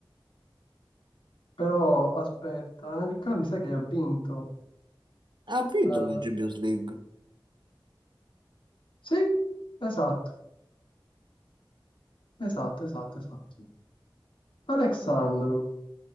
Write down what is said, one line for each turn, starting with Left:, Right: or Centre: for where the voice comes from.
Left: Però aspetta, Anelka mi sa che ha vinto.
Right: Ha vinto
Left: Eh,
Right: la Champions League.
Left: sì, esatto. Esatto, esatto, esatto. Alexandro